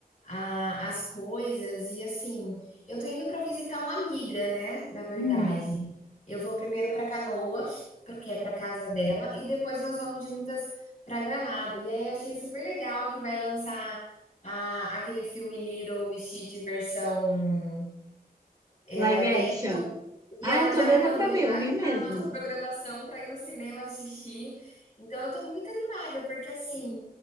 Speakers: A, on the left; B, on the right.
A: a às coisas e, assim, eu tô indo para visitar uma amiga, né, na verdade.
B: Hum.
A: Eu vou primeiro para Canoas, porque é para casa dela, e depois nós vamos juntas para Gramado. E aí eu achei super legal que vai lançar a aquele filme Little Witch Diversão, eh,
B: Live
A: live
B: action.
A: action. E
B: Ah,
A: ela
B: eu tô
A: já
B: doida
A: me mandou
B: pra ver,
A: já
B: eu vi
A: que
B: mesmo.
A: tá na nossa programação para ir no cinema assistir. Então eu tô muito animada, porque assim,